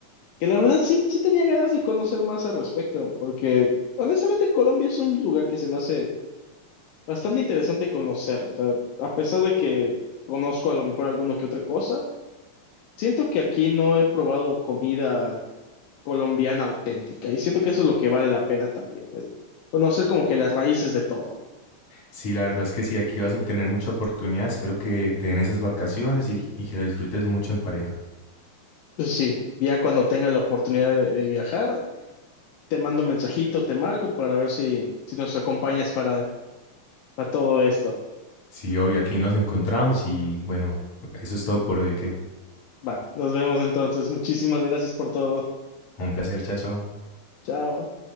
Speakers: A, on the left (about 75°); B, on the left (about 45°).
A: que la verdad sí, sí tenía ganas de conocer más al respecto, porque honestamente Colombia es un lugar que se me hace bastante interesante conocer. O sea, a pesar de que conozco a lo mejor alguno que otra cosa, siento que aquí no he probado comida colombiana auténtica y siento que eso es lo que vale la pena también, el conocer como que las raíces de todo.
B: Sí, la verdad es que sí, aquí vas a tener mucha oportunidad. Espero que te den esas vacaciones y, y que la disfrutes mucho en pareja.
A: Pues sí, ya cuando tenga la oportunidad de, de viajar, te mando un mensajito, te marco para ver si, si nos acompañas para, para todo esto.
B: Sí, hoy aquí nos encontramos y bueno, eso es todo por hoy, que
A: Va, nos vemos entonces. Muchísimas gracias por todo.
B: un placer, chao, chao.
A: Chao.